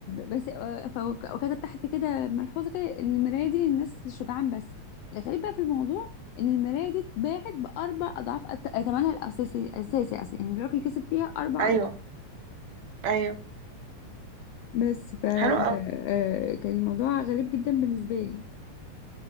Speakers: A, on the left; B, on the right.
A: بس آه، فهو ك- وكتب تحت كده ملحوظة كده إن المراية دي للناس الشجعان بس الغريب بقى في الموضوع ان المرايه دي اتباعت باربع اضعاف الت- ثمنها الاساسي الاساسي اصلا يعني الراجل كسب فيها اربع
B: ايوه ايوه
A: بس ف آه،
B: حلو
A: كان الموضوع غريب جدا بالنسبة لي